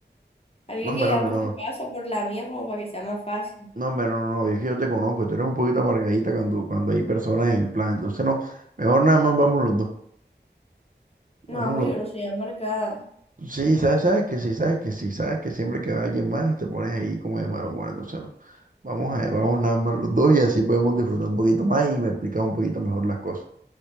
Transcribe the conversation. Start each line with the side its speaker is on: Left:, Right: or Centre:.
Left: alguien
Right: No, hombre,
Left: que
Right: no,
Left: ya
Right: hombre,
Left: por
Right: no,
Left: tu
Right: no.
Left: casa, por la mía, como para que sea más fácil.
Right: No, hombre, no, no, no. Es que yo te conozco. y Tú eres un poquito amargadita cuando, cuando hay personas en el plan. Entonces, no. Mejor nada más vamos los dos. Vamos
Left: No,
Right: los
Left: yo no soy amargada.
Right: dos. Sí, sabes, sabes que sí, sabes que sí, sabes que siempre que va alguien más te pones ahí como de malo humor. Entonces, no. Vamos a, vamos nada más los dos y así podemos disfrutar un poquito más y me explicas un poquito mejor las cosas.